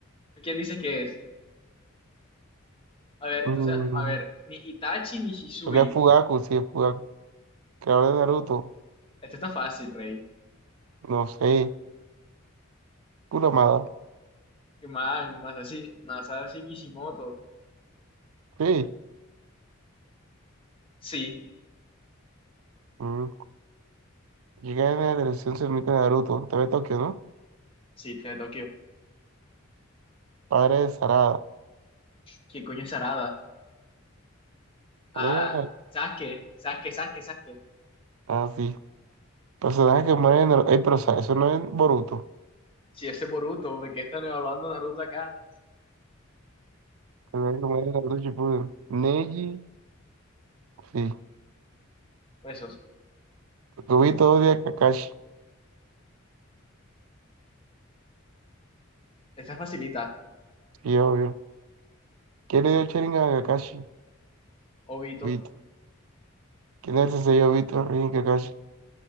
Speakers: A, on the left (about 25°); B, on the right (about 80°).
A: ¿Quién dice que es? A ver,
B: Mm,
A: tú sabes a ver, ni Itachi ni Hisui.
B: Creo que es Fugaku, sí, es Fugaku. Creador de Naruto.
A: Este está fácil, rey.
B: No sé. Kuramada.
A: Y man, Masashi, Masashi Kishimoto.
B: Sí.
A: Sí,
B: Mm. Llega en la televisión se emite Naruto. Te ve Tokio, ¿no?
A: sí, te Tokio.
B: Padre de Sarada.
A: ¿Qué coño es Arada?
B: ¿Vale?
A: Ah, Sasuke, Sasuke, Sasuke, Sasuke.
B: Ah, sí. Personaje que muere en Naruto. Ey, pero o sea, eso no es Boruto.
A: Sí, ese es Boruto, porque están evaluando a Naruto acá.
B: Personaje que muere en Naruto Shippuden. Neji. Sí,
A: Pues eso,
B: porque vi todo de Kakashi,
A: esta facilita,
B: sí, obvio. ¿Quién le dio el Sharingan a Kakashi?
A: Obito
B: Vito. ¿Quién es ese yo, Vito, Rin, Kakashi?